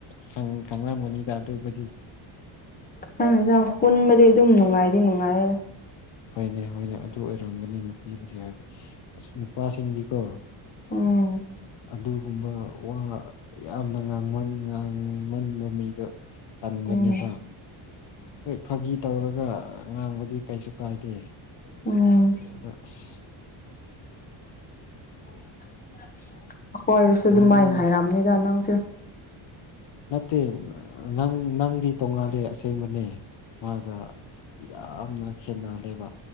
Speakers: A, on the left (about 60°); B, on the left (about 20°).
A: ꯈꯪ ꯈꯪꯉꯝꯒꯅꯤꯗ ꯑꯗꯨꯕꯨꯗꯤ
B: ꯈꯪꯗꯦꯗ ꯄꯨꯟꯕꯗꯤ ꯑꯗꯨꯝ ꯅꯨꯡꯉꯥꯏꯗꯤ ꯅꯨꯡꯉꯥꯏꯔꯦ
A: ꯍꯣꯏꯅꯦ ꯍꯣꯏꯅꯦ ꯑꯗꯨ ꯑꯣꯏꯔꯝꯒꯅꯤ ꯅꯨꯄꯤꯕꯨꯗꯤ ꯍꯥꯏꯗꯤ ꯑꯁ ꯅꯨꯄꯥꯁꯤꯡꯗꯤꯀꯣ
B: ꯎꯝ
A: ꯑꯗꯨꯒꯨꯝꯕ ꯋꯥ ꯌꯥꯝꯅ ꯉꯥꯡꯃꯟ ꯉꯥꯡꯃꯟꯕ ꯃꯤꯗꯣ ꯇꯟꯕꯅꯦꯕ
B: ꯎꯝ
A: ꯍꯣꯏ ꯐꯥꯒꯤ ꯇꯧꯔꯒ ꯉꯥꯡꯕꯗꯤ ꯀꯩꯁꯨ ꯀꯥꯏꯗꯦ
B: ꯎꯝ
A: ꯑꯗꯣ ꯑꯥꯁ
B: <unintelligible> ꯍꯣꯏꯔꯁꯨ ꯑꯗꯨꯃꯥꯏꯅ
A: ꯅꯪꯅ
B: ꯍꯥꯏꯔꯛꯒꯅꯤꯗ ꯅꯪꯁꯨ
A: ꯅꯠꯇꯦ ꯅꯪ ꯅꯪꯗꯤ ꯇꯣꯡꯉꯥꯜꯂꯦ ꯑꯁꯦꯡꯕꯅꯦ ꯃꯥꯒ ꯌꯥꯝꯅ ꯈꯦꯠꯅꯔꯦꯕ